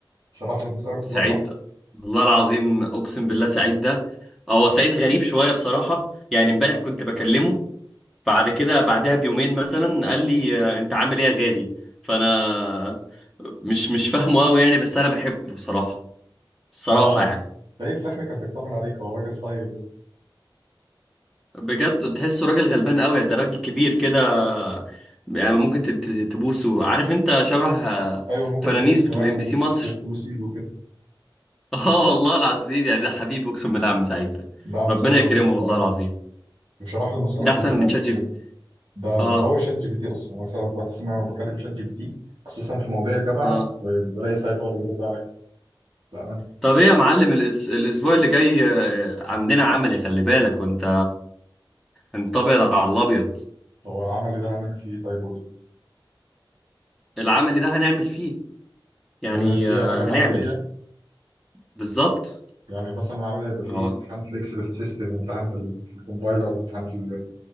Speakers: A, on the right; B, in the centre.
A: شرح لي المساله كلها
B: سعيد
A: صح
B: والله العظيم اقسم بالله سعيد ده هو سعيد غريب شويه بصراحه يعني امبارح كنت بكلمه بعد كده بعدها بيومين مثلا قال لي آه، انت عامل ايه يا غالي فانا مش مش فاهمه قوي يعني بس انا بحبه بصراحه الصراحه
A: اه
B: يعني
A: تلاقيه في الاخر كان بيطمن عليك هو راجل طيب يعني.
B: بجد تحسه راجل غلبان قوي ده راجل كبير كده يعني ممكن تت- تبوسه عارف انت شبه آه،
A: ايوه ممكن
B: فنانيس
A: تبص دماغهم
B: بتوع ام بي سي
A: وتبص
B: مصر
A: تبص ايده وكده
B: <laughs> اه والله العظيم يعني ده حبيبي اقسم بالله عم سعيد ده
A: نعم
B: ربنا
A: سعيد راجل
B: يكرمه
A: محترم
B: والله العظيم
A: وشرح لي المساله
B: ده
A: كلها
B: احسن من شات جي
A: من
B: بي تي.
A: ده
B: اه
A: ده هو شات جي بي تي اصلا مثلا بحس ان انا بكلم شات جي بي تي خصوصا في مواضيع الجامعه
B: اه
A: وبلاقي سعيد هو اللي بيرد عليا بامانه
B: طب ايه يا معلم الأس... الاسبوع اللي جاي آه، عندنا عملي خلي بالك وانت انت ابيض على الابيض
A: هو العمل ده هنعمل فيه ايه طيب قول لي
B: العملي ده هنعمل فيه يعني
A: هنعمل فيه
B: آه،
A: حاجات
B: هنعمل
A: عمليه
B: بالظبط
A: يعني مثلا العمل هيبقى فيه
B: اه
A: امتحان في الاكسبرت سيستم وامتحان في ال في الكومبايلر وامتحان في ال